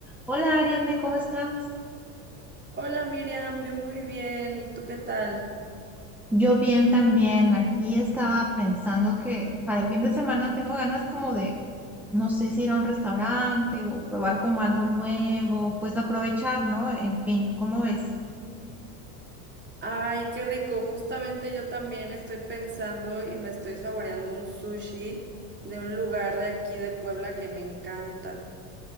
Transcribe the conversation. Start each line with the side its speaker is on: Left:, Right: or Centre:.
Centre: Hola Ariadne, ¿cómo estás?
Right: Hola Miriam, yo muy bien, ¿y tú qué tal?
Centre: Yo bien también. Aquí estaba pensando que para el fin de semana tengo ganas como de, no sé si ir a un restaurante o probar como algo nuevo, pues aprovechar, ¿no? En fin, ¿cómo ves?
Right: Ay, qué rico, justamente yo también estoy pensando y me estoy saboreando un sushi de un lugar de aquí de Puebla que me encanta.